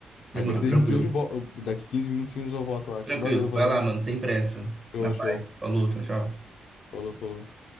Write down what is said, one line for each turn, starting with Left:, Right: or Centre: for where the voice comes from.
Left: Mas
Right: Demorou,
Left: daqui 10
Right: tranquilo.
Left: minutinhos, eu vol- daqui 15 minutinhos eu volto, eu acho.
Right: Tranquilo.
Left: Valeu, valeu.
Right: Vai lá, mano, sem pressa.
Left: Show,
Right: Na paz.
Left: show.
Right: Falou, tchau, tchau.
Left: Falou, falou.